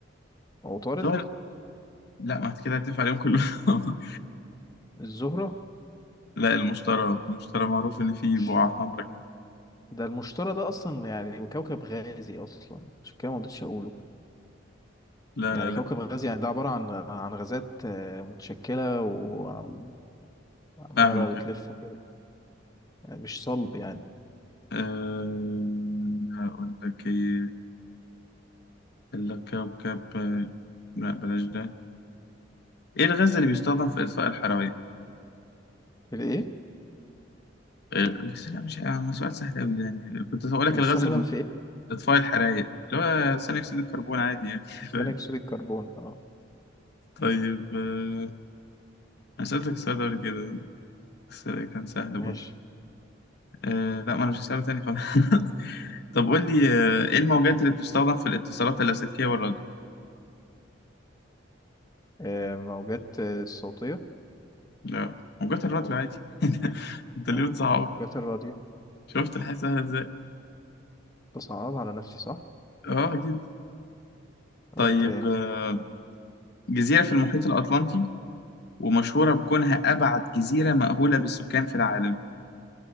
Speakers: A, on the left; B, on the left.
A: عطارد
B: لا لا ما كده هتلف عليهم كلهم <laughs>
A: الزهرة
B: لا المشتري المشتري معروف ان فيه
A: مش
B: بقعة حمراء كده
A: ده المشتري ده اصلا يعني كوكب غازي اصلا عشان كده ما رضيتش اقوله
B: لا
A: يعني
B: لا لا
A: كوكب غازي يعني ده عبارة عن عن غازات آه، متشكلة وعمالة بقى
B: فاهمك
A: بتلف كده يعني مش صلب يعني
B: أه... أقول لك إيه الكوكب آه، لا بلاش ده ايه الغاز اللي بيستخدم في اطفاء الحرايق
A: الايه
B: آه، بس لا مش آه، ما سؤال سهل قوي يعني كنت هقول لك
A: بيستخدم
B: الغاز اللي بن-
A: في ايه
B: اطفاء الحرايق اللي هو ثاني اكسيد الكربون عادي يعني <laughs> فاهم؟
A: ثاني اكسيد الكربون اه
B: طيب آه، انا سألتك السؤال ده قبل كده بس كان سهل
A: ماشي
B: برضه آه، لا ما انا مش هسأله تاني خالص <laughs> طب قول لي آه، ايه الموجات اللي بتستخدم في الاتصالات اللاسلكية والراديو
A: آه موجات آه، الصوتية
B: لا موجات الراديو
A: او
B: عادي <laughs> انت
A: مو-
B: ليه بتصعبها
A: موجات الراديو
B: شفت الحياة سهلة ازاي
A: بصعب على نفسي صح
B: اه اكيد طيب
A: اوكي
B: آه، جزيرة في المحيط الأطلنطي ومشهورة بكونها أبعد جزيرة مأهولة بالسكان في العالم